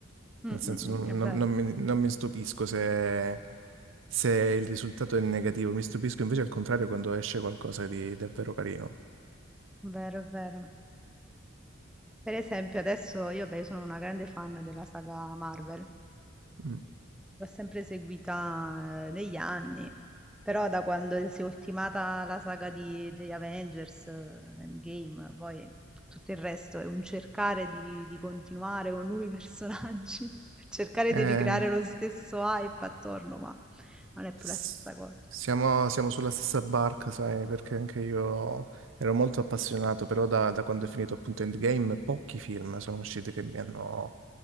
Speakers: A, in the centre; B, on the right.
A: Mm,
B: Nel senso,
A: mm, mm,
B: non,
A: È
B: non-
A: vero,
B: non mi, non mi stupisco se, se il risultato è negativo, mi stupisco invece al contrario quando esce qualcosa di davvero carino.
A: è vero, è vero. Per esempio, adesso io, beh, sono una grande fan della saga Marvel
B: Mm.
A: L'ho sempre seguita eh, negli anni, però da quando si è ultimata la saga di, di Avengers eh, Endgame, poi tutto il resto è un cercare di, di continuare con nuovi personaggi, <laughs> cercare
B: Eh,
A: di ricreare lo stesso hype attorno, ma non è più
B: S-
A: la stessa cosa.
B: Siamo, siamo sulla stessa barca, sai, perché anche io ero molto appassionato, però da, da quando è finito appunto Endgame pochi film sono usciti che mi hanno,